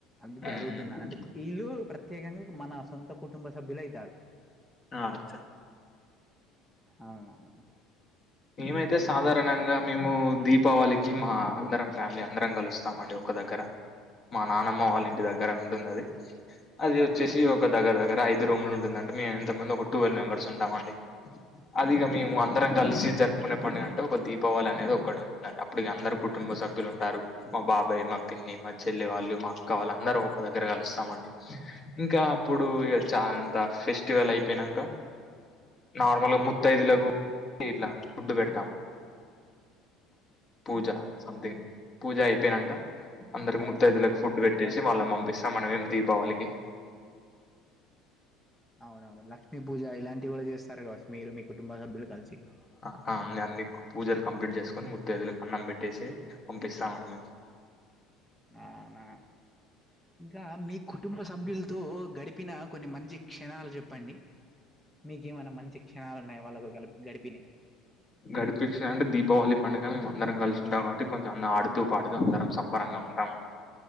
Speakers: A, in the centre; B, on the left.
A: అందుకే
B: ఉమ్
A: అడుగుతున్నాను
B: ఉమ్
A: అంటే ఇళ్ళు ప్రత్యేకంగా మన సొంత కుటుంబ సభ్యులయితారు
B: ఆ అచ్చా
A: అవునవును
B: మీమైతే సాధారణంగా మేము దీపావళికి మా అందరం ఫ్యామిలీ అందరం కలుస్తామండి ఒక దగ్గర మా నానమ్మ వాళ్ళ ఇంటి దగ్గర ఉంటుంది అది అది వచ్చేసి
A: ఓకే
B: ఒక దగ్గర దగ్గర ఐదు రూమ్లు ఉంటుందండి మేమేంత మంది ఒక వెల్ మెంబర్స్ ఉంటాం అండి అది ఇగ మేము
A: ఓకే
B: అందరం కలిసి జరుపుకునే పండుగంటే ఒక దీపావళి అనేది ఒకటి ఉంటుంది అప్పుడు ఇగ అందరు ప్ కుటుంబ సభ్యులు ఉంటారు మా బాబాయ్ మా పిన్ని మా చెల్లి వాళ్ళు మా కావాలందరూ ఒక దగ్గర కలుస్తామండి ఇంకా అప్పుడు ఇగ చ అంత ఫెస్టివల్ అయిపోయినంక నార్మల్గా ముత్తైదులకు ఇట్లా ఫుడ్డు పెడుతాం పూజ సంథింగ్ పూజ అయిపోయినాక అందరికి
A: అవునా
B: ముత్తయిదువులకు ఫుడ్ పెట్టేసి
A: అవునవును
B: వాళ్ళం పంపిస్తాం మనం ఏం దీపావళికి
A: అవునవును లక్ష్మీ పూజ ఇలాంటివి కూడా చేస్తారు కావచ్చు మీరు మీ కుటుంబ సభ్యులు కలిసి
B: అ అన్ని పూజలు కంప్లీట్ చేసుకుొని ముత్తయిదువులకు అన్నం పెట్టేసి పంపిస్తామండి మేము
A: అవునా ఇంకా మీ కుటుంబ సభ్యులతో గడిప్ పిన కొన్ని మంచి క్షణాలు చెప్పండి మీకేమైనా మంచి క్షణాలు ఉన్నాయ వాళ్ళతో గ గడిపినయ్
B: గడిపించిన అంటే దీపావళి పండగ మేము అందరం కలిసింటాం కాబట్టి కొంచెం ఆడుతూ పాడుతు అందరం స బరంగా ఉంటమండి